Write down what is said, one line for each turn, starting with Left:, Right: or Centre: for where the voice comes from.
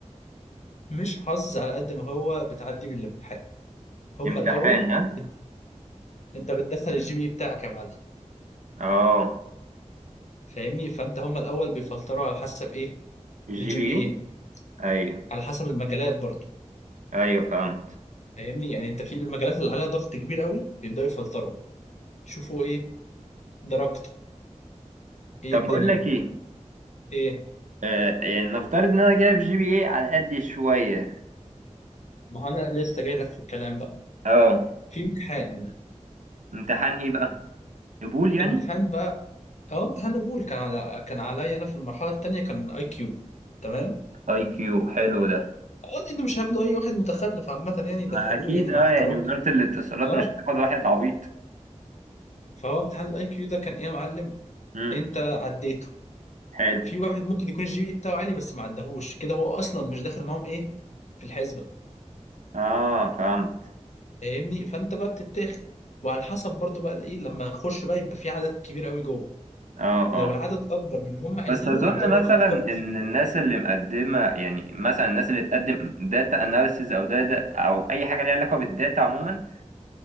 Left: مش حظ على قد ما هو بتعدي من الامتحان هم
Right: امتحان
Left: الاول
Right: ها
Left: بت... انت بتدخل الجي بي اي بتاعك يا معلم
Right: اه
Left: فاهمني فانت هم الاول بيفلتروا على حسب ايه
Right: الجي
Left: الجي
Right: بي
Left: بي
Right: ايه
Left: اي
Right: ايوه
Left: على حسب المجالات برضه
Right: ايوه فهمت
Left: فاهمني يعني انت في المجالات اللي عليها ضغط كبير قوي بيبداوا يفلتروا يشوفوا ايه درجتك ايه
Right: طب
Left: الدنيا
Right: بقول لك ايه
Left: ايه
Right: آه، يعني نفترض ان انا جايب جي بي ايه على قد شوية
Left: ما هو انا لسه جاي لك في الكلام بقى
Right: اه
Left: في امتحان
Right: امتحان ايه بقى قبول يعني
Left: امتحان بقى اه امتحان قبول كان على كان عليا انا في المرحله الثانيه كان اي كيو تمام
Right: اي كيو حلو ده
Left: اه لان مش هياخدوا اي واحد متخلف عامه يعني يدخلوه
Right: ما اكيد
Left: يعني
Right: اه
Left: مع احترامي
Right: يعني وزارة الاتصالات
Left: اه
Right: مش هتاخد واحد عبيط
Left: فهو امتحان الاي كيو ده كان ايه يا معلم
Right: امم
Left: انت عديته
Right: حلو
Left: في واحد ممكن يكون الجي بي إيه بتاعه عالي بس ما عدهوش كده هو اصلا مش داخل معاهم ايه في الحسبه
Right: اه فهمت
Left: فاهمني فانت بقى بتتاخد وعلى حسب برضو بقى ايه لما اخش بقى يبقى في عدد كبير قوي جوه
Right: اه
Left: لو
Right: اه
Left: العدد اكبر من اللي هم عايزينه
Right: بس اظن
Left: يبداوا
Right: مثلا
Left: بقى يفلتروا
Right: ان الناس اللي مقدمه يعني مثلا الناس اللي تقدم داتا اناليسيز او داتا او اي حاجه ليها علاقه بالداتا عموما